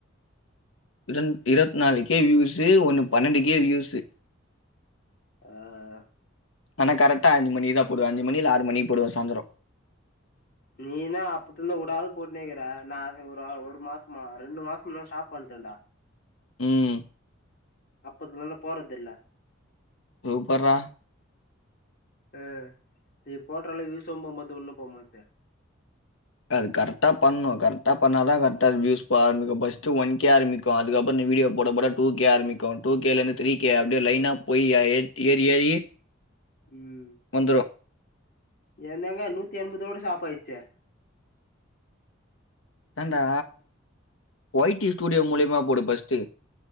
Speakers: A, on the left (about 75°); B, on the left (about 50°).
A: இருன் இரவத்தி நாலுக்கே வியூஸு ஒண்ணு பன்னெண்டுக்கே வியூஸு
B: ஆ ஆ
A: ஆனா கரெட்டா அஞ்சு மணிக்கு தா போடுவ அஞ்சு மணி இல்ல ஆறு மணி போடுவா சாந்துரோ
B: நீனா அப்புத்துல்ந்து உடாத போட்னேக்கிற நா ஒரு அ ஒரு மாசமா ரெண்டு மாசம் தா ஸ்டாப் பண் டன்டா
A: ம்
B: அப்பத்துலந்து போறதுல்ல
A: சூப்பர்ரா
B: அ இ போட்டறலும் வியூசும் போமாட்து ஒண்ணும் போமாட்து
A: அது கரெக்டா பண்ணூ கரெக்டா பண்ணா கரெக்டா அது வியூஸ் போக ஆரம்பிக்கூ பஸ்ட்டு ஒன் கே ஆரம்பிக்கூ அதுக்கப்புன் வீடியோ போட போட டூ கே ஆரம்பிக்கும் டூ கே லருந்து தீரி கே அப்டியே லைனா போய் அ எட் ஏறி ஏறி
B: ம்
A: வந்துரு
B: என் தேங்க நூத்தி என்பதோட ஸ்டாப் ஆயிச்சே
A: தண்டா ஒயிட்டி ஸ்டூடியோ மூலியமா போடு பஸ்ட்டு